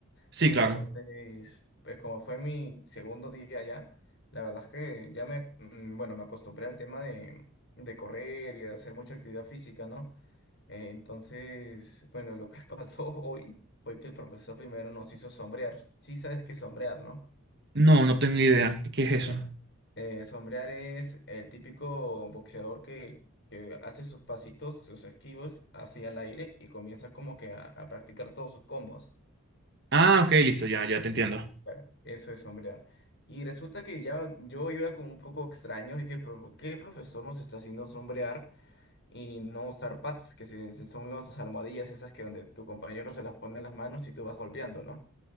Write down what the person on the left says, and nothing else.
Entonces,
pues como fue mi segundo día allá, la verdad es que ya me, mm, bueno, me acostumbré al tema de, de correr y de hacer mucha actividad física, ¿no? Eh, Entonces, bueno, lo que <laughs> pasó hoy fue que el profesor primero nos hizo sombrear. Sí sabes qué es sombrear, ¿no?
Ya. Eh, sombrear es el típico boxeador que, que hace sus pasitos, sus esquivos hacia el aire y comienza como que a a practicar todos sus combos.
Claro, eso es sombrear. Y resulta que ya yo iba como un poco extraño, dije, pero ¿por ¿qué el profesor nos está haciendo sombrear y no usar pads, que se- se- son las almohadillas esas que donde tu compañero se las pone en las manos y tú vas golpeando, ¿no?